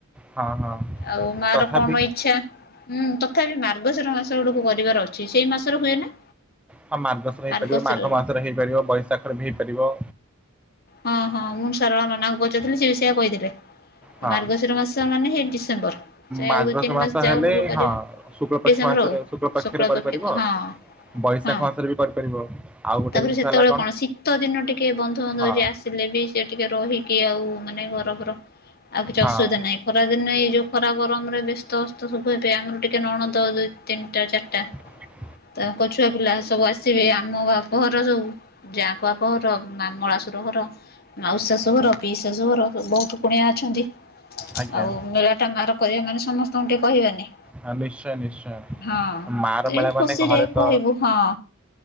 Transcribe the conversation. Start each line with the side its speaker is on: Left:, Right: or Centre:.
Centre: ହଁ ହଁ
Left: ଆଉ ମାର
Centre: ତଥାପି
Left: କନ ଇଚ୍ଛା। ହୁଁ ତଥାପି ମାର୍ଗଶିର ମାସ ଗୁଡକୁ କରିବାର ଅଛି। ସେଇ ମାସରେ ହୁଏ ନା?
Centre: ହଁ <unintelligible> ହେଇପାରିବ
Left: ମାର୍ଗଶିରରେ।
Centre: ମାଘ ମାସରେ ହେଇପାରିବ ବୈଶାଖରେ ବି ହେଇପାରିବ।
Left: ହଁ ହଁ ମୁଁ ସାର ନନାଙ୍କୁ ପଚାରିଥିଲି ସେବି ସେୟ କହିଥିଲେ। ଉ
Centre: ହଁ
Left: ମାର୍ଗଶିର ମାସ ମାନେ ସେଇ ଡିସେମ୍ବର। ସେ
Centre: ମାର୍ଗଶିର
Left: ଆଉ ଦୁଇ ତିନି ମାସ ଯାଉ
Centre: ହେଲେ
Left: ନହେଲେ କରିବା
Centre: ହଁ ଶୁକ୍ଳ ପକ୍ଷ
Left: ଡିସେମ୍ବର
Centre: ମାସରେ
Left: ଆଉ।
Centre: ଶୁକ୍ଳ ପକ୍ଷରେ
Left: ଶୁଖଳ
Centre: କରିପାରିବ
Left: ଦୁଃଖେ ହଁ।
Centre: ବୈଶାଖ
Left: ହଁ
Centre: ମାସରେ ବି କରିପାରିବ ଆଉ ଗୋଟେ
Left: ତାପରେ
Centre: ଜିନିଷ
Left: ସେତେବେଳେ
Centre: ହେଲା
Left: କଣ ଶୀତ ଦିନ ଟିକେ ବନ୍ଧୁ ବାନ୍ଧୁବ
Centre: ହଁ
Left: ଯିଏ ଆସ୍ ସିଲେ ବି ସେ ଟିକେ ରହିକି ଆଉ ମାନେ ଗରବର ଆଉ କିଛି
Centre: ହଁ
Left: ଅସୁବିଧା ନାଇଁ। ଖରା ଦିନେ ଏଇ ଯୋଉ ଖରା ଗରମରେ ବ୍ୟସ୍ତ ଅସ୍ତ ସବୁ ହେବେ ଆମର ଟିକେ ନଣନ୍ଦ ଦୁଇ ତିନିଟା ଚାରିଟା।
Centre: ହ
Left: ତାଙ୍କ ଛୁ ଛୁଆ ପିଲା ସବୁ ଆସିବେ ଆମ ବାପଘର ସବୁ ଯାଆଙ୍କ ବାପଘର ମା ମଳାସୁର ଘର। ଆଉ ଶାଶୁଘର
Centre: ଆଜ୍ଞା
Left: ପିଇ ଶାଶୁଘର ବହୁତ କୁଣିଆ ଅଛନ୍ତି।
Centre: ଆଜ୍ଞା
Left: ଆଉ ମେଳାଟା ମାର କରିବା ମାନେ ସମସ୍ତଙ୍କୁ ଟିକେ କହିବାନି।
Centre: ହଁ ନିଶ୍ଚୟ ନିଶ୍ଚୟ
Left: ହଁ
Centre: ମାର ମେଳା
Left: ଏଇ
Centre: ମାନେ
Left: ଖୁସିରେ
Centre: ଘରେ ତ
Left: କହିବୁ ହଁ